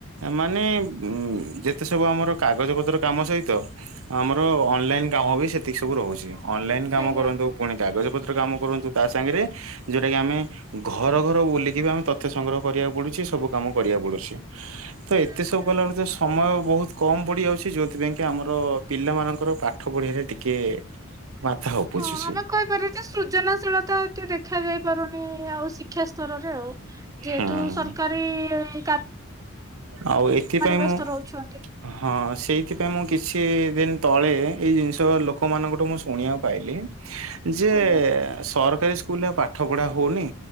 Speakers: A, on the right; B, on the right.
A: ମାନେ ଉମ୍-ଉମ୍ ଯେତେ ସବୁ ଆମର କାଗଜପତ୍ର କାମ ସହିତ ଆମର ଅନଲାଇନ କାମ ବି ସେତିକି ସବୁ ରହୁଛି। ଅନଲାଇନ କାମ
B: ଆଜ୍ଞା
A: କରନ୍ତୁ, ପୁଣି କାଗଜ ପତ୍ର କାମ କରନ୍ତୁ ତା ସାଙ୍ଗରେ ଯୋଉଟା କି ଆମେ ଘର ଘର ବୁଲିକି ଆମେ ତଥ୍ୟ ସଂଗ୍ରହ କରିବାକୁ ପଡୁଛି। ସବୁ କାମ କରିବାକୁ ପଡୁଛି। ତ
B: ହୁଁ
A: ଏତେ ସବୁ
B: ହୁଁ।
A: କଲା ପରେ ସମୟ ବହୁତ କମ ପଡି ଯାଉଛି ଯଉ ସେଥିପାଇଁକି ଆମର ପିଲାମାନଙ୍କର ପାଠ ପଢ଼ିବା ରେ ଟିକେ-ଏ-ଏ ଉପୁଛୁଛି।
B: ହଁ ଆମେ କହିପାରିବା ଯେ ସୃଜନାଶୀଳତା ଟେ ଦେଖାଯାଇ ପାରୁନି-ଇ-ଇ-ଇ ଆଉ ଶିକ୍ଷା ସ୍ତରରେ ଆଉ। ଯେହେତୁ
A: ହୁଁ
B: ସରକାରୀ-ଇ-ଇ-ଇ-ଇ
A: ଆଉ ଏଥିପାଇଁ
B: ବ୍ୟସ୍ତ
A: ମୁଁ
B: ରହୁଛନ୍ତି।
A: ହଁ ସେଇଥିପାଇଁ ମୁଁ କିଛି-ଇ-ଇ-ଇ ଦିନ୍ ତଳେ ଏଇ ଜିନିଷ ଲୋକମାନାନଙ୍କଠୁ ମୁଁ ଶୁଣିବାକୁ ପାଇଲି। ଯେ
B: ଆଜ୍ଞା
A: ସରକ ସରକାରୀ ସ୍କୁଲରେ ଆଉ ପାଠପଢ଼ା ହେଉନି